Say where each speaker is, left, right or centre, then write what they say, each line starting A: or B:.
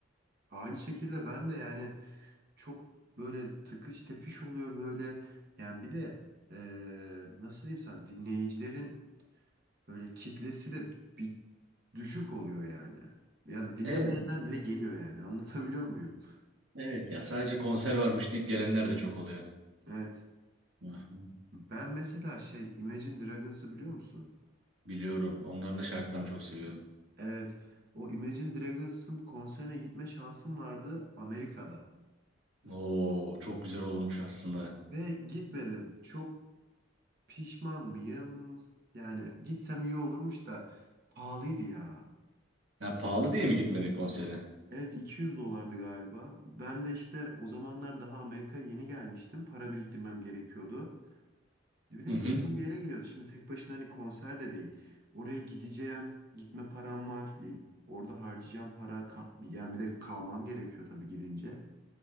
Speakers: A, on the right (about 55°); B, on the right (about 80°).
A: Aynı şekilde ben de yani çok böyle tıkış tepiş oluyor böyle. Yani bir de ee, nasıl diyeyim sana dinleyicilerin böyle kitlesi de bir Düşük oluyor yani. Ya da dinlemeyenler
B: Evet.
A: bile geliyor yani. <laughs> Anlatabiliyor muyum?
B: Evet ya sadece konser varmış deyip gelenler de çok oluyor.
A: Evet.
B: Hı hı.
A: Ben mesela şey Imagine Dragons'ı biliyor musun?
B: Biliyorum. Onların da şarkılarını çok seviyorum.
A: Evet. O Imagine Dragons'ın konserine gitme şansım vardı Amerika'da.
B: Oo, çok güzel olurmuş aslında.
A: Ve gitmedim. Çok pişman mıyım? Yani gitsem iyi olurmuş da pahalıydı ya.
B: Ya pahalı diye mi gitmedin konsere?
A: Evet 200 dolardı galiba. Ben de işte o zamanlar daha Amerika'ya yeni gelmiştim. Para biriktirmem gerekiyordu. Bir de
B: Hı
A: yakın
B: hı.
A: bir yere geliyordu. Şimdi tek başına hani konser de değil. Oraya gideceğim, gitme param var. Ya orada harcayacağım para, ka- yani bir de kalmam gerekiyor tabii gidince.